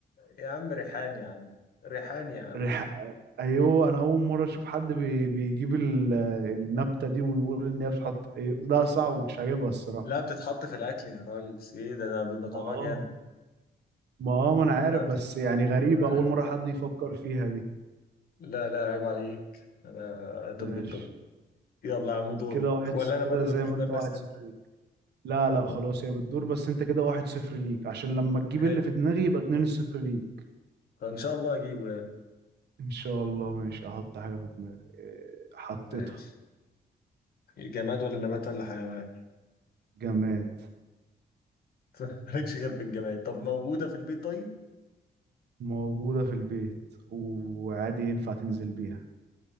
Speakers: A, on the left; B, on the right.
A: يا عم ريحان يا عم ريحان يا عم
B: ريح أيوة أنا أول مرة أشوف حد بي... بيجيب ال... النبتة دي ويقول إن هي بتحط أيوة. لا صعب مش عاجبها الصراحة
A: لا بتتحط في الأكل يا ريس إيه ده ده بيبقى
B: ما
A: طعمها
B: اه
A: جامد
B: ما اه ما انا عارف
A: لا ت...
B: بس يعني غريبة
A: <laughs>
B: اول مرة حد يفكر فيها دي
A: لا لا عيب عليك أنا طب
B: ماشي
A: طب يلا يا عم دورك
B: كده واحد
A: ولا أنا
B: كده
A: برضو
B: زي
A: المفروض
B: ما انت
A: إن أنا
B: واحد
A: أسأل
B: صفر ليك لا
A: أه
B: لا خلاص هي بتدور بس انت كده واحد صفر ليك عشان لما تجيب
A: حلو
B: اللي في دماغي يبقى اتنين صفر ليك
A: إن شاء الله أجيبه يعني
B: ان شاء الله ماشي احط حاجة في دماغي إيه، حطيتها
A: ماشي جماد ولا نبات ولا حيوان
B: جماد
A: <laughs> مالكش غير في الجمال طب موجودة في البيت طيب
B: موجودة في البيت وعادي ينفع تنزل بيها